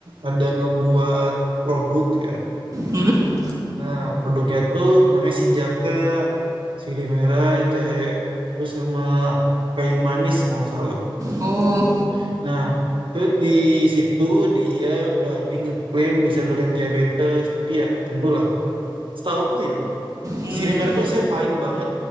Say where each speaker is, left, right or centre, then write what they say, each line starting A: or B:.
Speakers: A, on the right; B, on the right.
A: ada ngebuat produk ya
B: Hmm.
A: Nah, produknya tuh namanya si jaka, sirih merah, jahe, terus sama kayu manis kalau nggak salah.
B: Oh.
A: Tuh. Nah, tuh di situ dia berani ngeklaim bisa nurin diabetes, tapi ya tentulah. Setauku ya,
B: Hmm.
A: sirih merah tuh saya pahit banget.